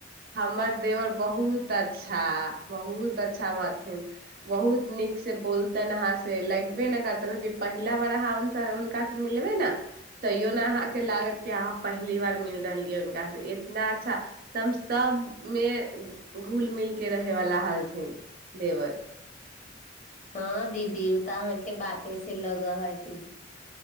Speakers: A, on the right; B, on the left.
A: हमर देवर बहुत अच्छा बहुत अच्छा बथिन बहुत नीक से बोलतेन हहाँ से लगबे न करतन पहिला बड़ अहाँ हुनका से मिलबै ने तैयो ने अहाँ के लागत क अहाँ पहली बार मिल रहलिय हुनका से इतना अच्छाम सब मे घुल मिल के रहे बाला हालथि थि देवर
B: हँ दीदी उ तऽ अहाँके बाते से लगऽ है कि